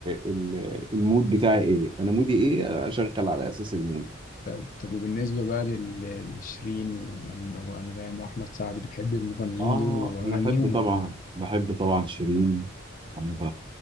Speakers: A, on the right (about 25°); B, on the left (about 40°).
A: ال المود بتاعي ايه انا مودي ايه اشغل على اساس المود
B: طب طب وبالنسبة بقى لل- لشيرين وأن- وأنغام وأحمد سعد بتحب المغنيين
A: آه
B: دول وأغانيهم
A: أنا أحب طبعا
B: ولا؟
A: بحب طبعا شيرين أنا ب...